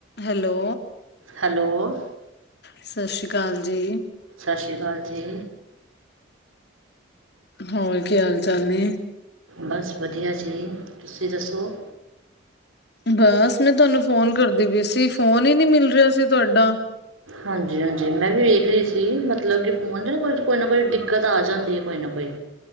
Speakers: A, on the left; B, on the right.
A: Hello
B: hello
A: ਸਤਿ ਸ਼੍ਰੀ ਅਕਾਲ ਜੀ।
B: ਸਸ਼ੀ ਅਕਾਲ ਜੀ।
A: ਹੋਰ, ਕੀ ਹਾਲ-ਚਾਲ ਨੇ?
B: ਬਸ ਵਧੀਆ ਜੀ ਤੁਸੀਂ ਦੱਸੋ
A: ਬਸ ਮੈਂ ਤੁਹਾਨੂੰ ਫੋਨ ਕਰ ਦੀ ਪੀ ਸੀ, ਫੋਨ ਹੀ ਨਹੀਂ ਮਿਲ ਰਿਹਾ ਸੀ ਤੁਹਾਡਾ
B: ਹਾਂਜੀ ਹਾਂਜੀ, ਮੈਂ ਵੀ ਵੇਖ ਲਿਆ ਸੀ। ਮਤਲਬ ਕੇ ਫੋਨ ਨੂੰ ਕੋਈ ਨਾ ਕੋਈ ਦਿੱਕਤ ਆ ਜਾਂਦੀ ਹੈ ਕੋਈ ਨਾ ਕੋਈ